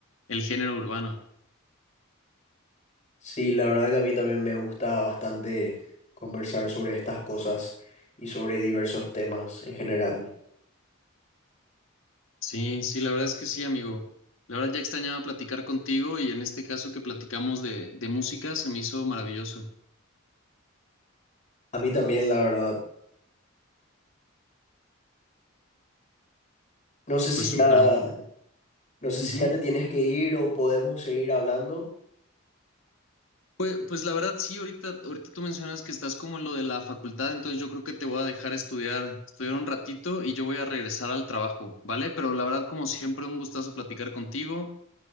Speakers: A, on the left (about 65°); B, on the left (about 35°).
A: el género urbano.
B: Sí, la verdad que a mí también me gusta bastante conversar sobre estas cosas y sobre diversos temas en general.
A: Sí, sí, la verdad es que sí, amigo. La verdad ya extrañaba platicar contigo y en este caso que platicamos de, de música se me hizo maravilloso.
B: A mí también, la verdad. No sé si
A: Pues
B: ya,
A: súper amigo.
B: no sé
A: Ujú.
B: si ya te tienes que ir o podemos seguir hablando.
A: Pues, pues la verdad sí, ahorita, ahorita tú mencionas que estás como en lo de la facultad, entonces yo creo que te voy a dejar estudiar, estudiar un ratito y yo voy a regresar al trabajo, ¿vale? Pero la verdad como siempre un gustazo platicar contigo